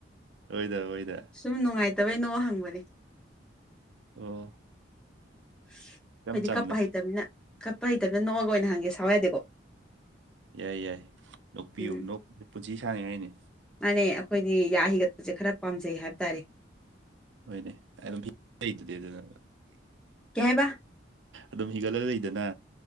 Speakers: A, on the right; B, in the centre.
A: ꯑꯣꯏꯗ ꯑꯣꯏꯗ
B: ꯁꯨꯝ ꯅꯨꯡꯉꯥꯏꯇꯕꯩꯅꯣ ꯍꯪꯕꯅꯦ
A: ꯑꯣ
B: ꯑꯩꯈꯣꯏꯗꯤ
A: ꯏꯆꯝ ꯆꯝꯅ
B: ꯀꯞꯄ ꯍꯩꯇꯕꯅꯤꯅ ꯀꯞꯄ ꯍꯩꯇꯕꯅ ꯅꯣꯛꯑꯒ ꯑꯣꯏꯅ ꯍꯪꯒꯦ ꯁꯥꯎꯋꯥ ꯌꯥꯗꯦꯀꯣ
A: ꯌꯥꯏ ꯌꯥꯏ ꯅꯣꯛꯄꯤꯌꯨ
B: ꯎꯝ
A: ꯅꯣꯛꯄꯁ ꯄꯨꯟꯁꯤ ꯁꯥꯡꯉꯦ ꯍꯥꯏꯅꯤ
B: ꯃꯥꯅꯦ ꯑꯩꯈꯣꯏꯗꯤ ꯌꯥ ꯍꯩꯒꯠꯄꯁꯦ ꯈꯔ ꯄꯥꯝꯖꯩ ꯍꯥꯏꯕ ꯇꯥꯔꯦ
A: ꯍꯣꯏꯅꯦ ꯑꯩ ꯑꯗꯨꯝ ꯍ ꯂꯩꯗꯨꯗꯤ ꯑꯗꯨꯅ
B: ꯀ ꯍꯥꯏꯕ
A: ꯑꯗꯨꯝ ꯍꯤꯒꯠꯂ ꯂꯩꯗꯅ